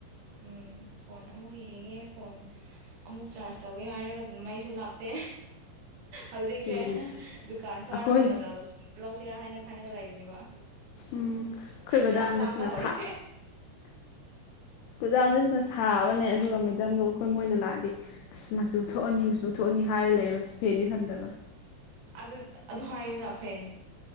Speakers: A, on the right; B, on the left.
A: ꯎꯝ ꯐꯣꯟ ꯑꯃꯨꯛ ꯌꯦꯡꯉꯦ ꯐꯣꯟ ꯑꯃꯨꯛ ꯆꯥꯔꯖ ꯇꯧꯏ ꯍꯥꯏꯔꯒ ꯑꯗꯨꯅ ꯃꯩꯁꯨ ꯂꯥꯛꯇꯦ ꯍꯧꯖꯤꯛꯁꯦ
B: ꯑꯗꯨꯅꯦ
A: ꯗꯨꯀꯥꯟ ꯊꯣꯛꯑꯒ
B: ꯑꯩꯈꯣꯏ
A: ꯅꯨꯗꯜꯁ ꯂꯧꯁꯤꯔꯥ ꯍꯥꯏꯅ ꯍꯥꯟꯅꯒ ꯂꯩꯕꯅꯦꯕ
B: ꯎꯝ ꯑꯩꯈꯣꯏ ꯒꯣꯗꯥꯎꯟꯗꯁꯤꯅ
A: ꯆꯥꯛ ꯂꯥꯝꯕ ꯍꯧꯔꯦ
B: ꯁꯥ ꯒꯣꯗꯥꯎꯟꯗꯁꯤꯅ ꯁꯥ ꯊꯥꯕꯅꯦ ꯑꯗ ꯑꯗꯨꯒ ꯃꯦꯗꯝ ꯑꯩꯈꯣꯏ ꯃꯣꯏꯅ ꯂꯥꯛ ꯍꯥꯏꯗꯤ ꯑꯁ ꯃꯆꯨ ꯊꯣꯛꯑꯅꯤ ꯃꯆꯨ ꯊꯣꯛꯑꯅꯤ ꯍꯥꯏꯔ ꯂꯩꯕ ꯐꯦꯟꯗꯤ ꯊꯝꯗꯕ
A: ꯑꯗꯨ ꯑꯗꯨ ꯍꯥꯏꯌꯨꯅ ꯐꯦꯟ